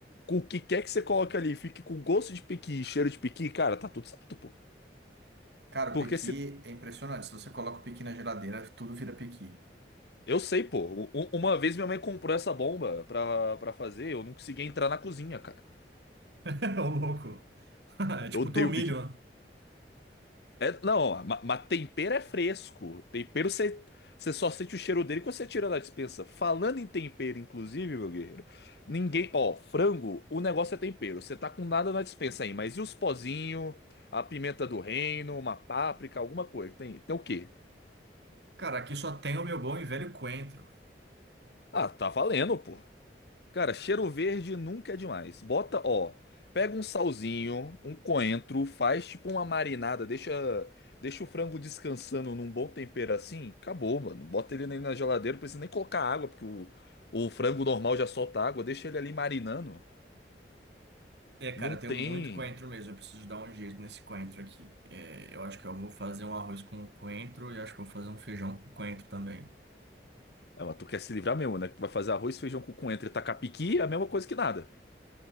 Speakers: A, on the left (about 65°); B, on the right (about 75°).
A: Com o que quer que você coloque ali, fique com gosto de piqui e cheiro de piqui, cara, tá tudo certo, pô.
B: Cara,
A: Porque
B: o pequi
A: se.
B: é impressionante. Se você coloca o pequi na geladeira, tudo vira pequi. <laughs>
A: Eu sei, pô. U- Uma vez minha mãe comprou essa bomba pra, pra fazer, eu não consegui entrar na cozinha, cara.
B: É o louco.
A: Eu
B: Tipo
A: odeio
B: tomilho.
A: piqui. É, não, ma- mas tempero é fresco. Tempero você você só sente o cheiro dele quando você tira da despensa. Falando em tempero, inclusive, meu guerreiro, ninguém. Ó, frango, o negócio é tempero. Você tá com nada na despensa aí, mas e os pozinhos, a pimenta do reino, uma páprica, alguma coisa? Tem, tem o quê?
B: Cara, aqui só tem o meu bom e velho coentro.
A: Ah, tá valendo, pô. Cara, cheiro verde nunca é demais. Bota, ó, pega um salzinho, um coentro, faz tipo uma marinada, deixa, deixa o frango descansando num bom tempero assim, acabou, mano. Bota ele ali na geladeira, não precisa nem colocar água, porque o, o frango normal já solta água, deixa ele ali marinando.
B: É, cara,
A: Não
B: eu
A: tem.
B: tenho muito coentro mesmo. Eu preciso dar um jeito nesse coentro aqui. É, eu acho que eu vou fazer um arroz com coentro e acho que eu vou fazer um feijão com coentro também.
A: Ah, mas tu quer se livrar mesmo, né? Que Tu vai fazer arroz, feijão com coentro e tacapiqui, é a mesma coisa que nada.